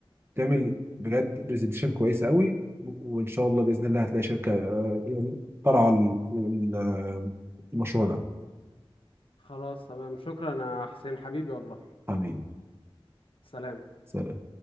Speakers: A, on the right (about 25°); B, on the left (about 65°).
A: تعمل بجد برزنتيشن كويسه قوي وان شاء الله باذن الله هتلاقي شركه آه، يعني ترعى ال- ال- المشروع ده
B: خلاص تمام شكرا يا حسين حبيبي والله
A: حبيبي
B: سلام
A: سلام